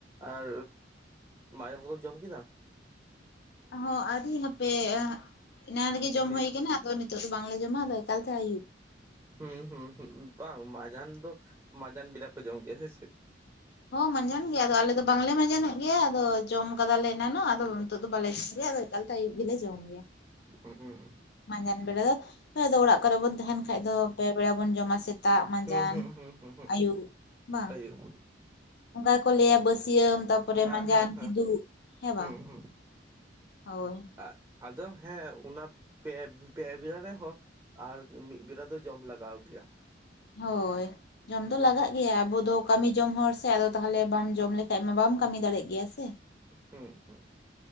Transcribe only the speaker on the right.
ᱟᱨ ᱢᱟᱭᱟᱨ ᱠᱚᱫᱚᱢ ᱡᱚᱢ ᱠᱮᱫᱟ?
ᱱᱤᱛ
ᱦᱩᱸ ᱦᱩᱸ ᱦᱩᱸ ᱵᱟᱝ ᱢᱟᱸᱡᱟᱱ ᱫᱚ ᱢᱟᱸᱡᱟᱱ ᱵᱤᱨᱟ ᱠᱚ ᱡᱚᱢ ᱜᱮᱭᱟ ᱥᱮ ᱪᱮᱫ
ᱦᱩᱸ ᱦᱩᱸ
ᱦᱩᱸ ᱦᱩᱸ ᱦᱩᱸ ᱦᱩᱸ ᱦᱩᱸ
ᱟᱹᱭᱩᱵ
ᱦᱮᱸ
ᱦᱮᱸ ᱦᱮᱸ
ᱦᱩᱸ ᱦᱩᱸ
<inaudible> ᱟᱫᱚ ᱦᱮᱸ ᱚᱱᱟ ᱯᱮ ᱯᱮ ᱵᱮᱨᱟ ᱨᱮ ᱦᱚᱸ ᱟᱨ ᱢᱤᱫ ᱵᱮᱨᱟ ᱫᱚ ᱡᱚᱢ ᱞᱟᱜᱟᱣ ᱜᱮᱭᱟ
ᱦᱩᱸ ᱦᱩᱸ